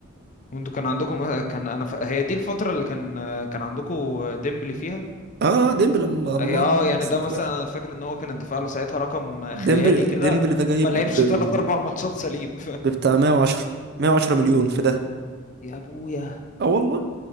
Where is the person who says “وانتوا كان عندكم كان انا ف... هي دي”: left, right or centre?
Left